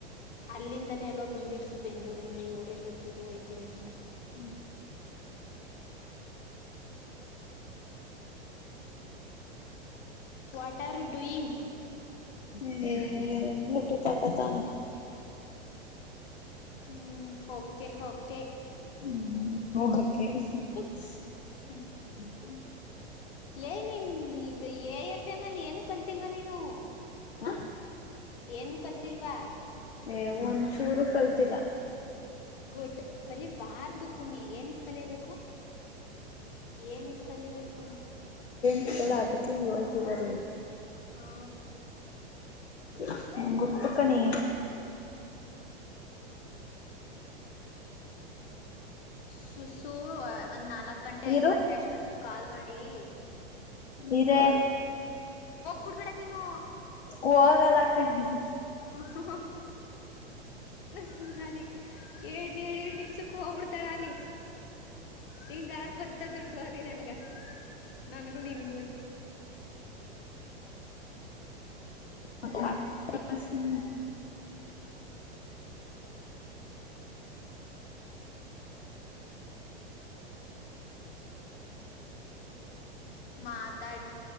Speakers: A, on the left; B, on the left.
A: ಅಲ್ಲಿಂದನೇ ಅಲ್ಲೋ ಬಂದಿದ್ದು ಬೆಂಗ್ಳೂರಿಂದ ಏಳಿರ್ಬೇಕು ರುಯ್ತೀನಿ ಅಂತ
B: <inaudible>
A: ವಾಟ್ ಆರ್ ಯು ಡುಯಿಂಗ್
B: ಹ ಎ ಎ ಬ್ಲೂಟೂತ್ ಹಾಕೊತಾನ್
A: ಹ್ಮ್ ಓಕೆ ಹಕ
B: ಹ್ಮ ಹೋಗ ಕೆ ಹಿಹಕ್
A: ಹ್ಮ
B: ಹು
A: ಲೇ ನೀನ್ ಈಗ ಎ ಎಫ್ ಎಮ್ ಅಲ್ಲಿ ಏನು ಕಲ್ತಿಲ್ವಾ ನೀನು
B: ಹಾ
A: ಏನು ಕಲ್ತಿಲ್ವಾ
B: ಏ ಒಂಚೂರು ಕಲ್ತಿಲ್ಲ
A: ಗುಡ್ ಕಲಿ ವಾರ್ದು ಕುಮ್ಮಿ ಏನಿಕೆ ಕಲಿಯಬೇಕು ಏನಿಕೆ ಕಲಿಬೇಕು ಅಂತ
B: ಎಲ್ಲ ಅತ್ತಟಿಂಗ್ ಹೇಳತಿದಾರೆ
A: ಹಾ
B: ಹೈ ನಂಗ ಗೊತ್ತು ಕಣೆ
A: ಶುಶು ಒಂದ್ ನಾಲ್ಕು ಗಂಟೆ ಐದು
B: ಇರು
A: ಗಂಟೆ ಅಷ್ಟೊತ್ತು ಕಾಲ್ ಮಾಡಿ ಡಿ
B: ಇದೆ
A: ಬಿಡ್ಬೇಡ ನೀನು
B: ಹೋಗಲ್ಲ ಕಣೀರು
A: ಹು ಹು ಸುಮ್ಮಾಲಿ ಏಡ್ನ ಎರಡ್ ಎರಡ್ ನಿಮ್ಷಕ್ಕೊ ಹೋಗ್ಬಿಡ್ತಾಳ ಅಲ್ಲಿ ಹಿಂಗ ಅರ ಬರುತದುಡ್ಡು ಅಲ್ಲಿ ನನ್ಗ ನನಗೂ ನೀನುಗುವೇ
B: ಪಟ ಪಾಪಸಿನ್
A: ಮಾತ್